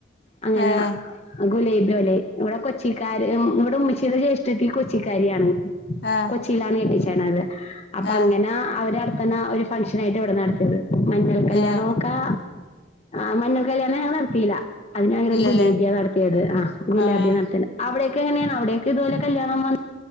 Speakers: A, on the left; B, on the left.
A: അങ്ങനെ
B: ഏഹ്
A: ആ ഗുലേബിയോലെ ഇവിടെ കൊച്ചിക്കാര് ഉം ഇവിടെ ഉമ്മച്ചീടെ ജ്യേഷ്ഠത്തി കൊച്ചിക്കാരിയാണ്
B: ആഹ്
A: കൊച്ചിയിലാണ് കെട്ടിച്ചേ ണത് അപ്പ
B: ആഹ്
A: അങ്ങനെ അവരടു ക്കണ ആ ഒരു ഫംഗ്ഷൻ ആയിട്ട് ഇവിടെ നടത്തിയത് മഞ്ഞൾ കല്യാണൊക്കെ
B: ഏഹ്
A: ആ മഞ്ഞൾ കല്യാണം ഞങ്ങള് നടത്തീല്ല അതിന് പകരം
B: ഇല്ലല്ലേ
A: ഗുലേബിയ നടത്തിയത് ആ ഗുലാബിയ
B: ആഹ്
A: നടത്ത അവിടെ ക്കങ്ങനെയാണ് അവിടെക്ക് ഇതുപോലെ കല്യാണം വന്ന്